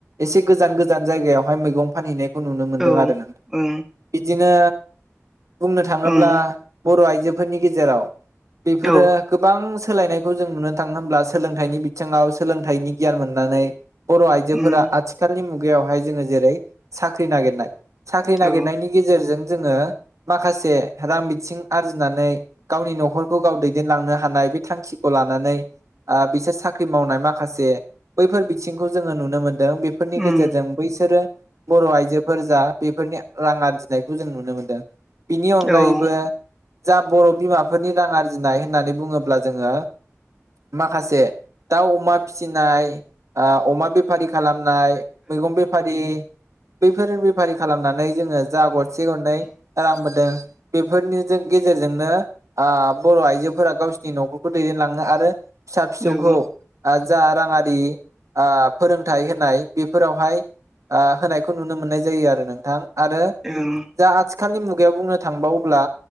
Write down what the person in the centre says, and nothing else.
औ
ओं
ओं
औ
उम
औ
उम
औ ओं
औ
ओं